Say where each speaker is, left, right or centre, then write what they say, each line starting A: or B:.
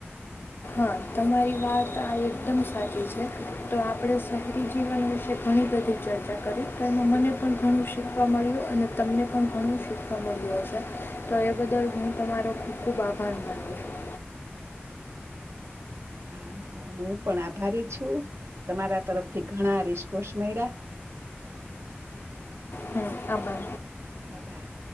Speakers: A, on the left; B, on the right.
A: હા તમારી વાત આ એકદમ સાચી છે તો આપણે શહેરી જીવન વિશે ઘણી બધી ચર્ચા કરી તો એમાં મને પણ ઘણું શીખવા મળ્યું અને તમને પણ ઘણું શીખવા મળ્યું હશે તો એ બદલ હું તમારો ખૂબ ખૂબ આભાર માનું છું
B: હા હા હું પણ આભારી છું તમારા તરફથી ઘણા રિસ્પોસ મળ્યા
A: હમ આભર.
B: આભાર